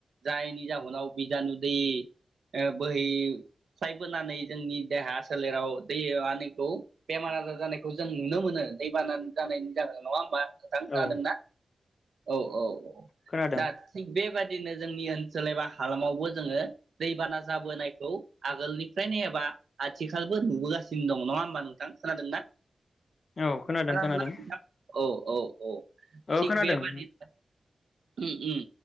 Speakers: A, on the right (about 75°); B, on the left (about 50°).
A: जायनि जाहोनाव बिजानु दै ओ बोहैस्लायबोनानै जोंनि देहा सोलेराव दै आनिखौ बेमार आजार जानायखौ जों नुनो मोनो दैबाना जानायनि जाहोनाव नङा होमबा नोंथां खोनादोंना
B: औ
A: औ औ औ
B: खोनादों
A: दा थिख बेबादि नो जोंनि ओनसोल एबा हालामावबो जोङो दैबाना जाबोनायखौ आगोलनिफ्रायनो एबा आथिखालबो नुबोगासिनो दङ नङा होमबा नोंथां खोनादों ना
B: औ खोनादों
A: खोनादोंना
B: खोनादों
A: नोंथां औ औ औ
B: औ
A: थिग
B: खोनादों
A: बेबादिनो उम उम